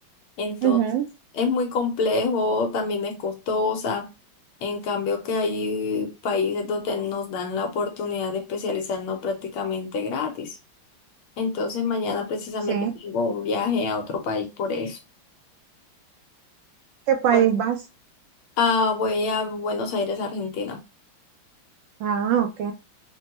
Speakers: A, on the left; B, on the right.
A: Entonces,
B: Ujú,
A: es muy complejo, también es costosa. En cambio, que hay países donde nos dan la oportunidad de especializarnos prácticamente gratis. Entonces, mañana precisamente
B: Sí.
A: tengo un viaje a otro país por eso.
B: ¿Qué país
A: Por,
B: vas?
A: ah, voy a Buenos Aires, Argentina.
B: Ah, ok.